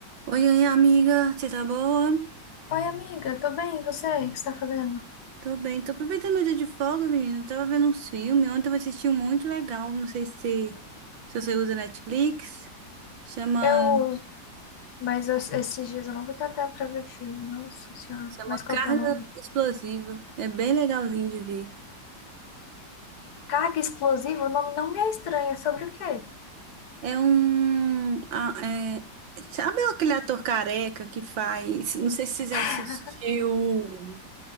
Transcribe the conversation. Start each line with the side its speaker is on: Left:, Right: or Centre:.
Right: Oi, oi, amiga, você tá boa?
Left: Oi, amiga, tô bem, e você? O que você tá fazendo?
Right: Tô bem, tô aproveitando meu dia de folga, menina. Eu tava vendo uns filmes, ontem eu assisti um muito legal, não sei se, se você usa Netflix, chama,
Left: Eu, mas es- esses dias eu não vou ter tempo pra ver filme, nossa senhora.
Right: chama
Left: Mas qual
Right: Carga
Left: que é o nome?
Right: Explosiva, é bem legalzinho de ver.
Left: Carga Explosiva? O nome não me é estranho, é sobre o quê?
Right: É um, ah, é, sabe aquele ator careca que faz, não sei se você já
Left: <laughs>
Right: assistiu,